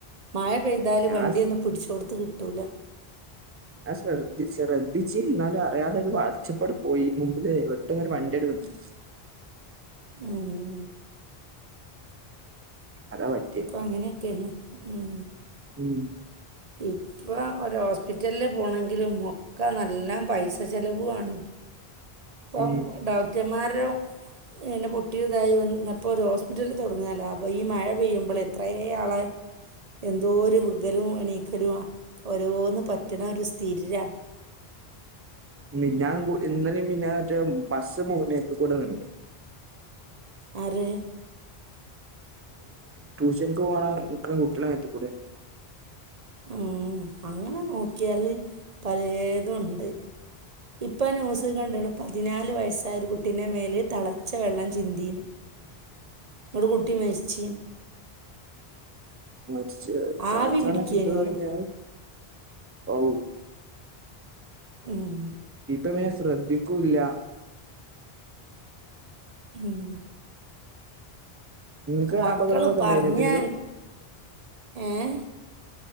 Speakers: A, on the right (about 40°); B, on the right (about 20°).
A: മഴപെയ്താല്
B: ഞാൻ
A: വണ്ടിയൊന്നും പിടിച്ചോട്ത് കിട്ടൂല
B: ആ ശ്രദ്ധിച്ച ശ്രദ്ധിച്ചീനിന്നാലും അറിയാതെ വളച്ചപ്പട് പോയി മുമ്പ് കേറി പെട്ടന്നൊര് വണ്ടിഅണ്ട് വന്ന്
A: ഉം
B: അതാ പറ്റെയ്
A: അപ്പം അങ്ങനെയൊക്കെയാണ് ഉം
B: ഉം
A: ഇപ്പൊ ഒരു ഹോസ്പിറ്റല്ല് പോണെങ്കിലും ഒക്കെ നല്ല പൈസചെലവുവാണ് പ്പം
B: ഉം.
A: ഡോക്ടർമാര് എറെ പൊട്ടിയതായി വന്നപ്പോ ഒരു ഹോസ്പിറ്റല് തുടങ്ങാലോ അപ്പോൾ ഈ മഴ പെയ്യുമ്പോൾ എത്ര ആളെ എന്തോ ഒരു വികലും എണീക്കലും ആ ഓരോന്ന് പറ്റണ ഒരു സ്ഥിര
B: മിഞ്ഞാ ഇന്നലും മിഞന് മറ്റേ ബസ്സ് മോത്ത് കൂടെ വിണ്
A: ആരെ
B: ട്യൂഷനിക്ക് പോകണ നിക്ണ കുട്ടിയളെ മോത്ത്ക്കൂടൊ
A: ഉ അങ്ങനെ നോക്കിയാല് പലതുംണ്ട്. ഇപ്പം ന്യൂസ്ൽ കണ്ടിണ് പതിനാല് വയസ്സായ ഒരു കുട്ടീ എന്റെ കുട്ടി മേൽ തി ളച്ച വെള്ളം ചിന്തി.
B: <inaudible>
A: ഒരു കുട്ടി മരിച്ചി.
B: മരിച്ച തിളച്ച
A: ആവി പിടിക്കേനോലോ
B: വണ ചിന്ത കഴിഞ്ഞ ഔ
A: ഉം
B: ഇപ്പ മോ ശ്രദ്ധിക്കൂല്ല
A: ഉം
B: നിങ്ങക്ക്
A: മക്കള്
B: അപകടങ്ങളൊക്കെ
A: പറഞ്ഞൻ
B: ഉണ്ടായിനോ എന്തെങ്കിലും
A: ഏഹ്